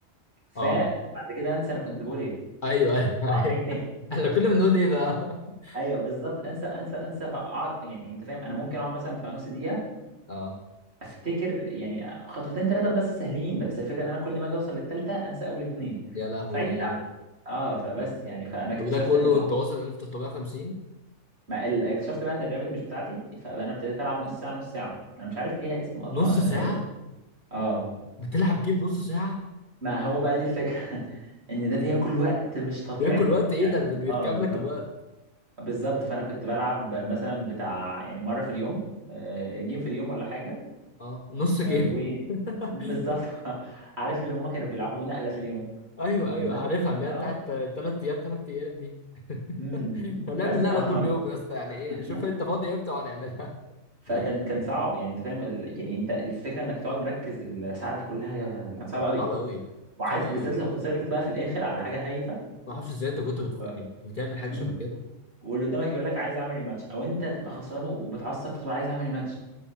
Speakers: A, on the right; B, on the left.
A: ف
B: اه
A: وبعد كده انسى انا كنت بقول ايه
B: ايوه ايوه
A: اقعد
B: ايوه
A: اعيد تاني
B: <laughs> احنا كنا بنقول ايه بقى؟ <laughs>
A: ايوه بالظبط انسى انسى انسى فاقعد يعني انت فاهم انا ممكن اقعد مثلا بتاع نص دقيقه
B: اه
A: افتكر يعني خطوتين ثلاثه بس سهلين بس الفكره ان انا كل ما اجي اوصل للثالثه انسى اول اتنين
B: يا لهوي
A: فعيد الأول. اه فبس يعني فانا اكتشفت
B: وده كله
A: ان
B: وانت واصل 1350
A: ما ال- اكتشفت بقى ان الرابد مش بتاعتي فانا ابتديت العب نص ساعه نص ساعه انا مش عارف ليها اسم اصلا
B: نص
A: ولا
B: ساعة
A: ملهاش اه
B: بتلعب جيم نص ساعة
A: ما هو بقى دي الفكره <laughs> ان ده بياكل وقت مش طبيعي
B: بياكل
A: يعني
B: وقت ايه ده ده
A: أنا كنت-
B: بيركب
A: اه بالظبط
B: لك الوقت
A: بالظبط فانا كنت بلعب مثلا بتاع يعني مره في اليوم آه، جيم في اليوم ولا حاجه
B: اه نص جيم
A: آه، و
B: <laughs>
A: بالظبط <laughs> عارف اللي هم كانوا بيلعبوا نقله في اليوم
B: ايوه
A: بس
B: ايوه عارفها
A: يعني
B: اللي هي
A: اه
B: بتاعت تلات ايام تلات ايام دي
A: امم
B: <laughs> هنعمل
A: بس
B: لقلة
A: اه
B: كل يوم يا اسطى يعني ايه
A: <laughs>
B: شوف انت فاضي امتى وهنعملها
A: فكان
B: <laughs>
A: كان صعب يعني انت فاهم ال... يعني انت الفكره انك تقعد مركز الساعه دي كلها يا- كان صعب قوي
B: صعبة قوي
A: وعارف
B: صعبة قوي
A: بالذات لو خسرت بقى في الاخر على حاجه هايفه
B: ما اعرفش ازاي انت كنت بت...
A: و...
B: يعني بتعمل حاجة
A: مم.
B: شبه كده
A: واللي قدامك يقول لك عايز اعمل ريماتش او انت تبقى خسران ومتعصب فتقول عايز اعمل ريماتش